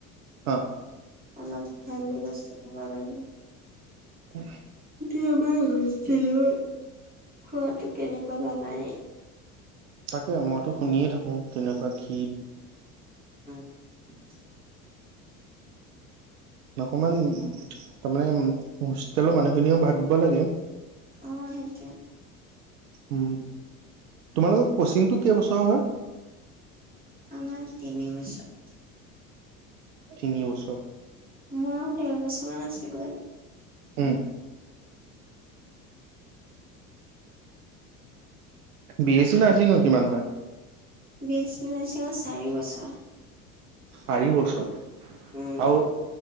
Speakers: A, on the right (about 80°); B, on the right (about 20°).
A: অ'।
B: অলপ হেলদি বস্তু খাব লাগে।
A: <inaudible>
B: এতিয়া আমাৰ হোষ্টেলত খোৱাতটো কেনেকুৱা জানাই।
A: তাকে মইতো শুনিয়ে থাকো কেনেকুৱা কি
B: <unintelligible>
A: অকমান তাৰমানে হোষ্টেলৰ মানুহখিনিও ভাবিব লাগে।
B: অ', সেইটোৱে।
A: উম, তোমালোকৰ কচিংটো কেইবছৰ হয়?
B: আমাৰ তিনি বছৰ।
A: তিনি বছৰ।
B: মোৰ আৰু দেৰ বছৰ মান আছে গৈ।
A: উম।
B: <inaudible>
A: বি এছ চি নাৰ্ছিংৰ কিমান হয়?
B: বি এছ চি নাৰ্চিঙৰ চাৰি বছৰ।
A: চাৰি বছৰ
B: উম,
A: আৰু